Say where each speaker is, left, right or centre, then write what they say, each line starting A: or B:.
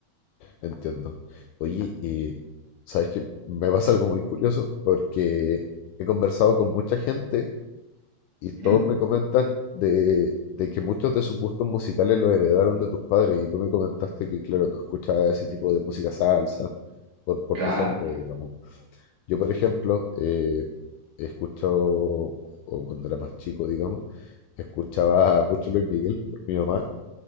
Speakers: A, on the left; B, on the right.
A: Entiendo. Oye, y sabes que me pasa algo muy curioso porque he conversado con mucha gente y todos
B: Ujú.
A: me comentan de, de que muchos de sus gustos musicales los heredaron de tus padres y tú me comentaste que, claro, tú escuchabas ese tipo de música salsa por, por
B: Claro,
A: tu familia,
B: claro.
A: digamos. Yo, por ejemplo, eh, he escuchado, o cuando era más chico, digamos, escuchaba mucho Luis Miguel por mi mamá